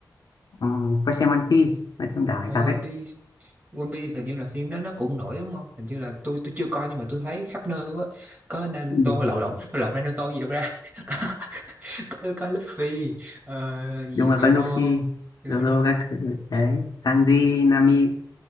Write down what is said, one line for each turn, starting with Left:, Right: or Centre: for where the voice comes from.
Left: ừ, có xem One Piece hay xem đảo này
Right: Zombie
Left: cặp ấy
Right: One Piece hình như là phim đó nó cũng nổi đúng không? Hình như là tôi tôi chưa coi nhưng mà tôi thấy khắp nơi quá. Có Naruto
Left: ừ.
Right: lộn lộn lộn Naruto gì đâu ra. <laughs> Có có, có Luffy ờ, gì
Left: đúng
Right: Zoro.
Left: rồi có Luffy
Right: Zoro.
Left: Zoro các thứ đấy Sanji Nami